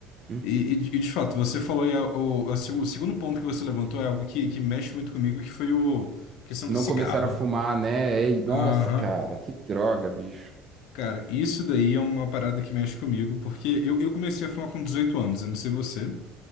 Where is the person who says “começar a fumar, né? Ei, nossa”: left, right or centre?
Right